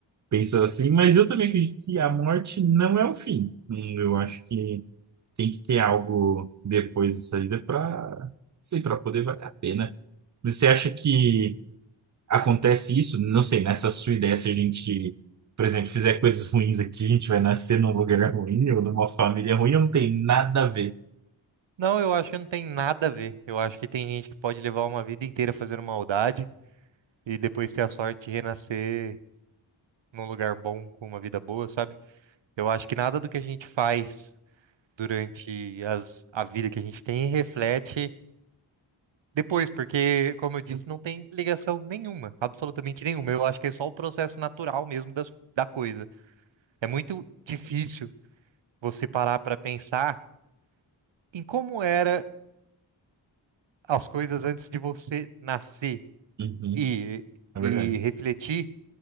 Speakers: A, on the right; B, on the right.
A: pensando assim, mas eu também acredito que a morte não é o fim. Hum, Eu acho que tem que ter algo depois dessa vida para, sei, para poder valer a pena. Você acha que acontece isso? Não sei, nessa sua ideia, se a gente, por exemplo, fizer coisas ruins aqui, a gente vai nascer num lugar ruim ou numa família ruim, ou não tem nada a ver.
B: Não, eu acho que não tem nada a ver. Eu acho que tem gente que pode levar uma vida inteira fazendo maldade e depois ter a sorte de renascer num lugar bom, com uma vida boa, sabe? Eu acho que nada do que a gente faz durante as- a vida que a gente tem reflete depois, porque, como eu disse, não tem ligação nenhuma, absolutamente nenhuma. Eu acho que é só o processo natural mesmo das- da coisa. É muito difícil você parar para pensar em como era as coisas antes de você nascer
A: Uhum,
B: e,
A: é
B: e
A: verdade.
B: refletir